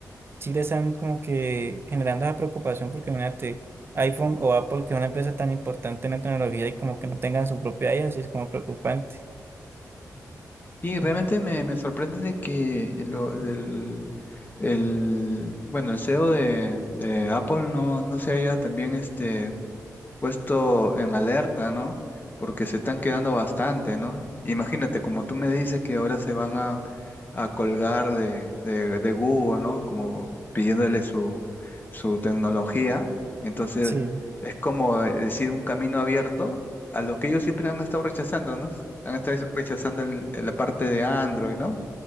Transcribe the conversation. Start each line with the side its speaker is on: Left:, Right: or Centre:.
Right: sí le están como que generando esa preocupación porque imagínate, iPhone o Apple, que es una empresa tan importante en la tecnología y como que no tengan su propia IA, sí es como preocupante.
Left: Y realmente me, me sorprende de que lo- el, el, bueno, el CEO de, de Apple no, no se haya también este, puesto en alerta, ¿no? Porque se están quedando bastante, ¿no? Imagínate, como tú me dices que ahora se van a, a colgar de, de, de Google, ¿no? Como pidiéndole su, su tecnología. Entonces,
Right: Sí,
Left: es como decir un camino abierto a lo que ellos siempre han estado rechazando, ¿no? Han estado rechazando el- la parte de Android, ¿no?